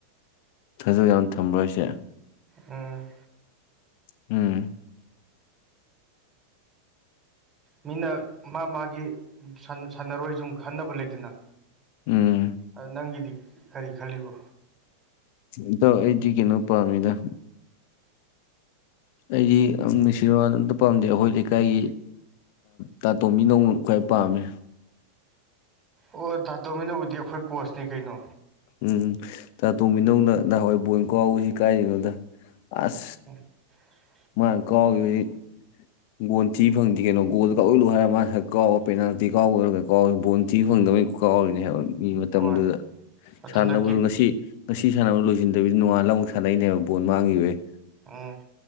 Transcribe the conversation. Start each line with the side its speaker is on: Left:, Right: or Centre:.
Left: ꯊꯥꯖ ꯌꯥꯝ ꯊꯝꯕ ꯍꯥꯏꯁꯦ
Right: ꯎꯝ
Left: ꯎꯝ
Right: ꯃꯤꯅ ꯃꯥ ꯃꯥꯒꯤ ꯁꯥꯟꯅꯔꯣꯏ ꯁꯨꯝ ꯈꯟꯅꯕ ꯂꯩꯇꯅ
Left: ꯎꯝ
Right: ꯑꯥ ꯅꯪꯒꯤꯗꯤ ꯀꯔꯤ ꯈꯜꯂꯤꯕꯣ
Left: ꯏꯇꯥꯎ ꯑꯩꯗꯤ ꯀꯩꯅꯣ ꯄꯥꯝꯃꯤꯗ ꯑꯩꯗꯤ ꯃꯦꯁꯤ ꯑꯝꯇ ꯄꯥꯝꯗꯦ ꯑꯩꯈꯣꯏ ꯂꯩꯀꯥꯏꯒꯤ ꯇꯥ ꯇꯣꯝꯕꯤꯅꯧ ꯅ ꯈ꯭ꯋꯥꯏ ꯄꯥꯝꯃꯦ
Right: ꯑꯣ ꯇꯥ ꯇꯣꯝꯕꯤꯅꯧꯕꯨꯗꯤ ꯑꯩꯈꯣꯏ ꯀꯣꯆꯅꯦ ꯀꯩꯅꯣ
Left: ꯎꯝ ꯇꯥ ꯇꯣꯝꯕꯤꯅꯧꯅ ꯅꯍꯥꯟꯋꯥꯏ ꯕꯣꯜ ꯀꯥꯎꯕꯁꯤ ꯀꯥꯏꯗꯩꯅꯣꯗ ꯑꯁ
Right: <unintelligible>
Left: ꯃꯥꯅ ꯀꯥꯎꯒꯤꯕꯗꯤ ꯕꯣꯟ ꯊꯤ ꯐꯪꯗꯦ ꯀꯩꯅꯣ ꯒꯣꯜ ꯀꯥꯎꯁꯤꯂꯨ ꯍꯥꯏꯔ ꯃꯥ ꯍꯦꯛ ꯀꯥꯎꯕ ꯄꯦꯅꯥꯜꯇꯤ ꯀꯥꯎꯕ ꯀꯥꯎꯕꯗꯣ ꯕꯣꯟ ꯊꯤ ꯐꯪꯗꯕꯅꯤ ꯀꯥꯎꯔꯤꯅꯦ ꯍꯥꯏꯕ ꯃꯤ ꯃꯇꯝꯗꯨꯗ
Right: ꯍꯣꯏ ꯃꯇꯝꯗ
Left: ꯁꯥꯟꯅꯕꯗꯣ
Right: ꯀꯤꯞ
Left: ꯉꯁꯤ ꯉꯁꯤ ꯁꯥꯟꯅꯕ ꯂꯣꯏꯁꯤꯟꯗꯕꯤꯗ ꯅꯣꯡꯉꯥꯟ ꯑꯃꯨꯛ ꯁꯥꯟꯅꯩꯅꯦ ꯍꯥꯏꯕ ꯕꯣꯜ ꯃꯥꯡꯒꯤꯕꯩ
Right: ꯎꯝ